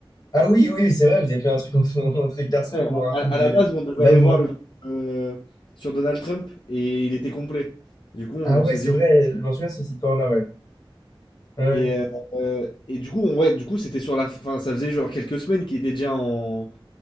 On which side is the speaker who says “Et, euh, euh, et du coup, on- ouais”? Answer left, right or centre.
Left